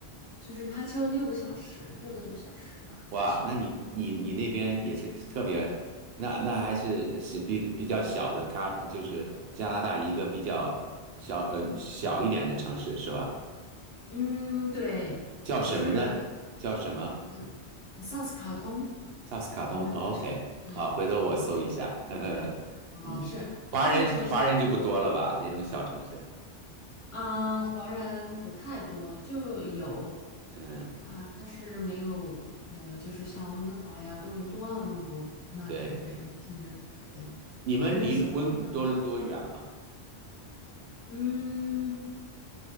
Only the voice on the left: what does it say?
就是开车六个小时，六个多小时吧，六七个小时。
嗯，对，
不是，
嗯，萨斯卡通，
我们这个城，对，
嗯，
哦，
是这个城市。
啊，华人不太多，就有，
嗯，但是没有，呃，就是像温哥华呀、多伦多啊那么多，那肯定是，
就是对，
他们都喜欢那边。嗯，